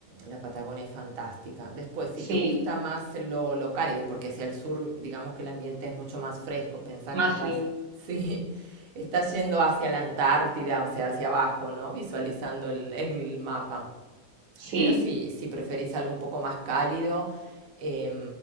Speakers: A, on the right; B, on the right.
A: la Patagonia es fantástica. Después, si
B: sí,
A: te gusta más lo, lo cálido, porque hacia el sur, digamos que el ambiente es mucho más fresco, pensá
B: más
A: que estás,
B: frío,
A: <laughs> sí, estás yendo hacia la Antártida, o sea, hacia abajo, ¿no? Visualizando el el mapa.
B: sí.
A: Pero si, si preferís algo un poco más cálido, eh,